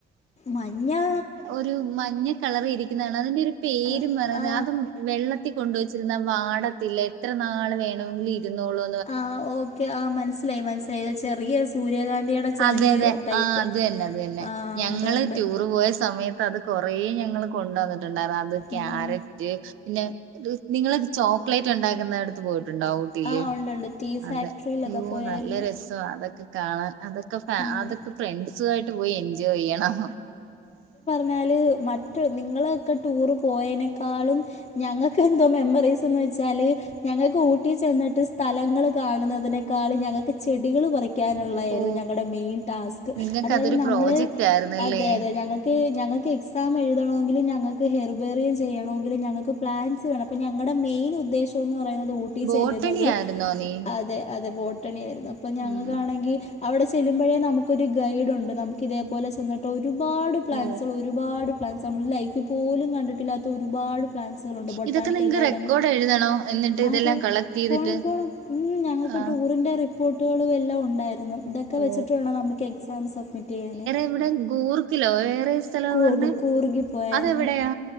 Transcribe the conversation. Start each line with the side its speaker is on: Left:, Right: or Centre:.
Left: മഞ്ഞാ
Right: ഒരു മഞ്ഞ കളറിൽ ഇരിക്കുന്നതാണ് അതിന്റെ ഒരു പേര്
Left: ആ
Right: പറയുന്നത്
Left: ആ
Right: അതും വെള്ള ത്തി കൊണ്ടുവച്ചിരുന്ന വാടത്തില്ല എത്ര നാൾ വേണമെങ്കിലിൽ ഇരുന്നോളൂ
Left: ആ ഓക്കെ ആമനസ്സിലായി മനസ്സിലായി ചെറിയ സൂര്യകാന്തിയുടെ ചെറിയ
Right: അതെ അതെ
Left: ടൈപ്പ്
Right: ആ അത് തന്നെ അത് തന്നെ
Left: ആ
Right: ഞങ്ങള്
Left: ഉണ്ട് ഉണ്ട്
Right: റ്റു ടൂർ പോയ സമയത്ത് അത് കൊറേ ഞങ്ങൾ കൊണ്ട് വന്നിട്ടുണ്ടായിരുന്നു അത് ക്യാരറ്റ്
Left: ഉം.
Right: പിന്നെ നിങ്ങൾ ചോക്ലേറ്റ് ഉണ്ടാക്കുന്ന അടുത്ത് പോയിട്ടുണ്ടാവോ ഊട്ടിയില്അ
Left: ആ ഉണ്ട് ഉണ്ട് ടീ ഫാക്ടറിയിലൊക്കെ
Right: തെ അയ്യോ
Left: പോയായിരുന്നു
Right: നല്ല രസ അതൊക്കെ കാണാൻ അതൊക്കെ ഫ
Left: ഉം.
Right: അതൊക്കെ ഫ്രണ്ട്സ് ആയിട്ട് ഒറ്റക്ക് പോയി എൻജോയ് ചെയ്യണം
Left: എന്നാല്മറ്റ്നിങ്ങൾ ഒക്കെടൂർ പോയേനെ ക്കാളും ഞങ്ങൾക്ക് എന്തോ മെമ്മറീസ് എന്ന് വെച്ചാല് ഞങ്ങൾക്ക് ഊട്ടി ചെന്നിട്ട് സ്ഥലങ്ങള് കാണുന്നതിനേക്കാളും ഞങ്ങൾക്ക് ചെടികൾ പറി പറിക്കാനുള്ളതായിരുന്നു
Right: ഓ
Left: ഞങ്ങളുടെ മെയിൻ ടാസ്ക്
Right: നിങ്ങക്ക്
Left: അതായത്
Right: അതൊരു
Left: നമ്മൾ
Right: പ്രോജക്റ്റ് ആയിരുന്നല്ലേ
Left: അതെ അതെ ഞങ്ങൾക്ക് ഞങ്ങൾക്ക് എക്സ് എക്സാം എഴുതമെങ്കിലും ഞങ്ങൾക്ക് ഹെർബേറിയ ചെയ്യണമെങ്കില ഞങ്ങൾക്ക് പ്ലാൻസ് വേണം ഞങ്ങളുടെ മെയിൻ ഉദ്ദേശം എന്ന് പറയുന്നത് ഉ ഊട്ടി
Right: ബോട്ടണി
Left: ചെല്ലുന്നത്
Right: ആയിരുന്നോ നീ
Left: അതെ അതെ ബോട്ടണി ആയിരുന്നു അപ്പൊ ഞങ്ങൾ
Right: ഉം
Left: കാണെങ്കിൽ അവിടെ ചെല്ലുമ്പോഴേ നമുക്കൊരു ഗൈഡ് ഉണ്ട് നമുക്ക് ഇതേപോലെ ചെന്നിട്ട് ഒരുപാട് പ്ലാൻസ്
Right: ഓ
Left: ഒരുപാട് പ്ലാൻസ് നമ്മൾ ലൈഫിൽ പോലും കണ്ടിട്ടില്ലാത്ത ഒരുപാട് പ്ലാൻസ് ബൊട്ടാണിക്കൽ
Right: ഇതൊക്കെ നിങ്ങക്ക്
Left: ഗാർഡൻ
Right: റെക്കോർഡ് എഴുതണോ എന്നിട്ട് ഇതെല്ലാം
Left: അതെ
Right: കളക്ട് ചെയ്തിട്ട്
Left: പോണം പോണം മം ഞങ്ങൾക്ക്
Right: ആ
Left: ടൂറിൻ്റെ റിപ്പോർട്ട് കള് എല്ലാം ഉണ്ടായിരുന്നു ഇതൊക്കെ
Right: ഓ
Left: വെച്ചിട്ട് വേണം നമുക്ക് എക്സാം സബ്മിറ്റ് ചെയ്യാൻ
Right: ഇവിടെ ഗൂർക്കിലോ വേറെ സ്ഥല
Left: കൂർഗ്
Right: പറഞ്ഞെ
Left: കൂർഗിൽ പോയായിരുന്നു
Right: അതെവിടെയാ